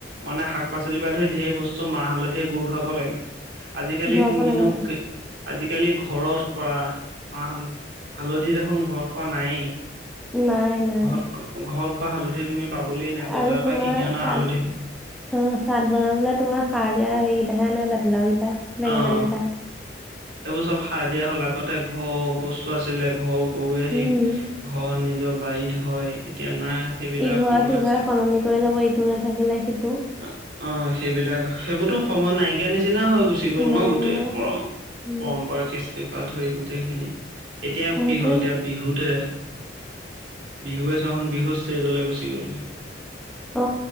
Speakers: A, on the right; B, in the centre.
A: মানে শাক পাচলিৰ পৰা ধৰি ঢেৰ বস্তু মাহ হালধিৰে গৰু ধুৱাব লাগে- আজিকালিৰ
B: ধুৱাব
A: মিনু
B: লাগে।
A: আজি- আজিকালি ঘৰত কৰা মাহ হালধি হালধি দেখোন ঘৰত কৰা নায়েই-
B: নাই নাই-
A: ঘৰত ঘৰত কৰা হালধি তুমি- পাবলেই নাই বজাৰৰ
B: আৰু তোমাৰ
A: পৰা কিনি অনা
B: চাল-
A: হালধি
B: অ চাদ বনাবলে তোমাৰ সাৰ দিয়া সেইকেইটাকে আনে জাতিলাও কেইটা বেঙেনা
A: অ
B: কেইটা-
A: সেইবোৰ চব সাৰ দিয়া হ'ল আগতে ঘৰ বস্তু আছিলে ঘৰ- কৌৱে সেই
B: উম,
A: ঘৰ নিজৰ বাৰীত হয় এতিয়া নাই- সেইবিলাক
B: ইঘৰে
A: সময়
B: সিঘৰে সলনি কৰি লব ইটো নাথাকিলে সি-
A: অ অ সেইবিলাক সেইবোৰতো সময় নাইকিয়া নিচিনা- নিচিনা হৈ গুচি গ'ল
B: নাই
A: ন গোটেই
B: নাই।
A: পৰম
B: উম,
A: পৰম্পৰা কৃষ্টিপা ধৰি গোটেইখিনি- এতিয়া
B: সেইটোৱে
A: কি হ'ল এতিয়া বিহুতে- বিহুৱে চোৱা চোন বিহু ষ্টেজলৈ গুচি গ'লগে-
B: অ